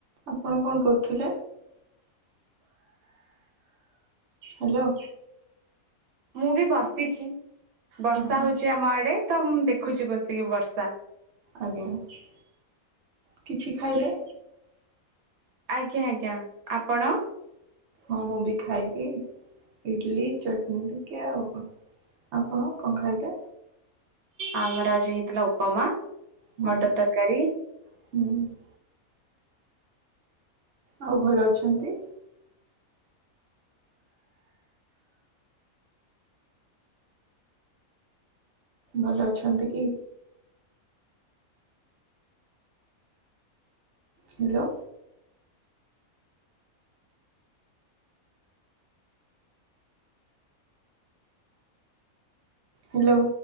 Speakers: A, on the right; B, on the right.
A: ଆପଣ କଣ କରୁଥିଲେ? ହାଲୋ।
B: ମୁଁ ବି ବସିଛି ବର୍ଷା
A: ହଁ
B: ହଉଛି ଆମ ଆଡେ ତ ମୁଁ ଦେଖୁଛି ବସିକି ବର୍ଷା।
A: ଆଜ୍ଞା କିଛି ଖାଇଲେ?
B: ଆଜ୍ଞା ଆଜ୍ଞା ଆପଣ?
A: ହଁ ମୁଁ ବି ଖାଇଲିି ଇଡଲି ଚଟନୀ ଟିକେ ଆଉ କଣ? ଆପଣ କଣ ଖାଇଟେ?
B: ଆମର ଆଜି ହେଇଥିଲା ଉପମା
A: ହୁଁ
B: ମଟର ତରକାରୀ।
A: ହୁଁ। ଆଉ ଭଲ ଅଛନ୍ତି। ଭଲ ଅଛନ୍ତି କି? ହ୍ୟାଲୋ। ହ୍ୟାଲୋ।